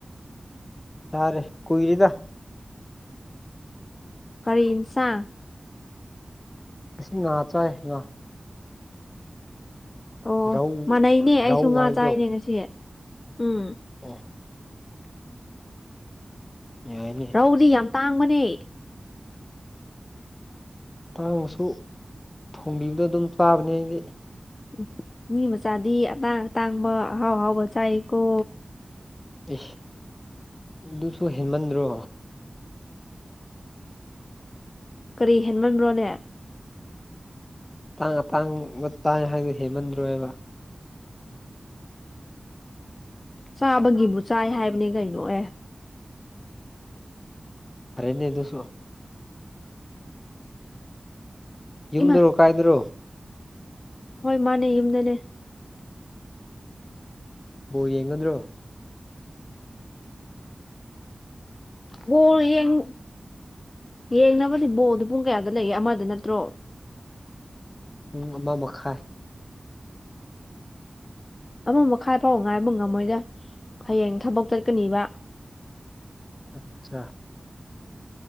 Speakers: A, on the left; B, on the left.
A: ꯆꯥꯔꯦ ꯀꯨꯏꯔꯦꯗ
B: ꯀꯔꯤ ꯏꯟꯁꯥꯡ
A: ꯉꯥꯁꯤ ꯉꯥ ꯆꯏꯌꯦ ꯉꯥ
B: ꯑꯣ
A: ꯔꯧ
B: ꯃꯥꯟꯅꯩꯅꯦ ꯑꯩꯁꯨ
A: ꯔꯧ
B: ꯉꯥ
A: ꯍꯥꯏꯕꯗꯣ
B: ꯆꯥꯏꯅꯦ ꯉꯁꯤ ꯎꯝ
A: ꯑꯣ ꯌꯥꯏꯅꯦ
B: ꯑꯗꯨꯗꯤ ꯌꯥꯝ ꯇꯥꯡꯕꯅꯦ
A: ꯇꯥꯡꯉꯁꯨ ꯊꯣꯡꯕꯤꯕꯗ ꯑꯗꯨꯝ ꯆꯥꯕꯅꯦ ꯑꯩꯗꯤ
B: ꯎꯝ ꯃꯤ ꯃꯆꯥꯗꯤ ꯑꯇꯥꯡ ꯑꯇꯥꯡꯕ ꯑꯍꯥꯎ ꯑꯍꯥꯎꯕ ꯆꯥꯏꯀꯣ
A: ꯏꯁ ꯑꯗꯨꯁꯨ ꯍꯦꯟꯃꯟꯗ꯭ꯔꯣ
B: ꯀꯔꯤ ꯍꯦꯟꯃꯟꯕ꯭ꯔꯣꯅꯦ
A: <unintelligible>
B: ꯆꯥꯕꯒꯤꯕꯨ ꯆꯥꯏ ꯍꯥꯏꯕꯅꯦ ꯀꯩꯅꯣ ꯑꯦ
A: ꯐꯔꯦꯅꯦ ꯑꯗꯨꯁꯨ ꯌꯨꯝꯗꯔꯣ
B: ꯏꯃꯥ
A: ꯀꯥꯏꯗꯔꯣ
B: ꯍꯣꯏ ꯃꯥꯅꯦ ꯌꯨꯝꯗꯅꯦ
A: ꯕꯣꯜ ꯌꯦꯡꯒꯗ꯭ꯔꯣ
B: ꯕꯣꯜ ꯌꯦꯡ ꯌꯦꯡꯅꯕꯗꯤ ꯕꯣꯜꯗꯤ ꯄꯨꯡ ꯀꯌꯥꯗ ꯂꯩꯒꯦ ꯑꯃꯗ ꯅꯠꯇ꯭ꯔꯣ
A: ꯄꯨꯡ ꯑꯃ ꯃꯈꯥꯏ
B: ꯑꯃ ꯃꯈꯥꯏꯐꯥꯎ ꯉꯥꯏꯕ ꯉꯝꯃꯣꯏꯗ ꯍꯌꯦꯡ ꯊꯕꯛ ꯆꯠꯀꯅꯤꯕ
A: ꯑꯆꯥ